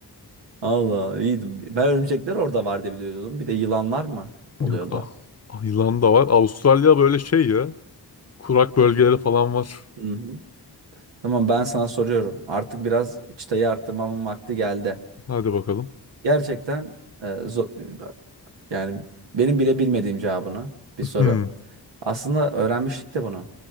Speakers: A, on the right; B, on the left.
A: Allah iyiydi. Ben örümcekler orada var diye biliyordum. Bir de yılanlar mı oluyordu?
B: Yok. Ah, ah, yılan da var. Avustralya böyle şey ya. Kurak bölgeleri falan var.
A: Hı hı. Tamam ben sana soruyorum. Artık biraz çıtayı arttırmamın vakti geldi.
B: Hadi bakalım.
A: Gerçekten e, zo- yani benim bile bilmediğim cevabını bir soru.
B: Hmm,
A: Aslında öğrenmiştik de bunu.